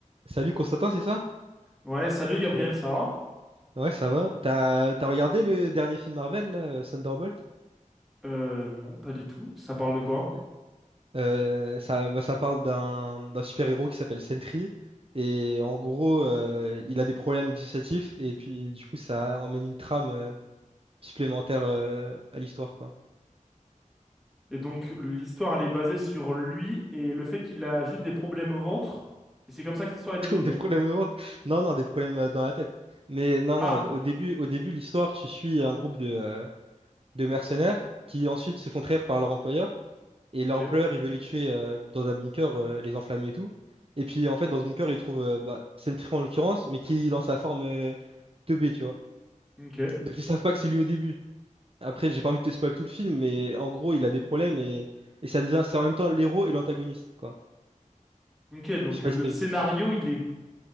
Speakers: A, on the right; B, in the centre.
A: Salut Constantin, c'est ça?
B: Ouais, salut Gabriel,
A: Euh,
B: ça va?
A: ouais, ça va. T'as t'as regardé le dernier film Marvel, là, euh, Thunderbolt?
B: Euh, non, pas du tout. Ça parle de quoi?
A: Non. Euh, ça, bah, ça parle d'un d'un super-héros qui s'appelle Sentry. Et en gros, euh, il a des problèmes dissociatifs. Et puis, du coup, ça emmène une trame euh, supplémentaire euh, à l'histoire, quoi.
B: Et donc, l'histoire, elle est basée sur lui et le fait qu'il a juste des problèmes au ventre. Et c'est comme ça que l'histoire est développée?
A: <laughs> Des problèmes au ventre. Non, non, des problèmes euh, dans la tête. Mais non,
B: Ah,
A: non, au début, au début, l'histoire, tu suis un groupe de, euh, de mercenaires qui ensuite se font trahir par leur employeur. Et
B: ok,
A: l'empereur, il veut les tuer euh, dans un bunker, euh, les enflammer et tout. Et puis, en fait, dans ce bunker, il trouve euh, bah, Sentry en l'occurrence, mais qui est dans sa forme euh, 2B, tu vois.
B: ok,
A: Donc, ils savent pas que c'est lui au début. Après, j'ai pas envie de te spoiler tout le film, mais en gros, il a des problèmes et, et ça devient, c'est en même temps l'héros et l'antagoniste, quoi.
B: ok. Donc,
A: Je sais pas
B: euh, le
A: si t'as
B: scénario,
A: vu l'extrait.
B: il est,